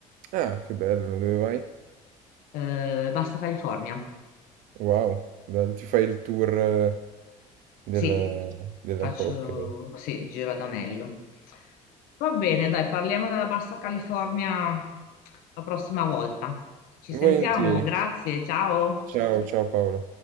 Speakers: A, on the right; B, on the left.
A: Ah, che bello, dove vai?
B: Eh, basta California.
A: Wow, bello, ti fai il tour eh, della,
B: Sì,
A: della
B: faccio,
A: cocca.
B: sì, giro ad anello. Va bene, dai, parliamo della Bassa California la prossima volta. Ci
A: Volentieri.
B: sentiamo, grazie, ciao.
A: Ciao, ciao Paola.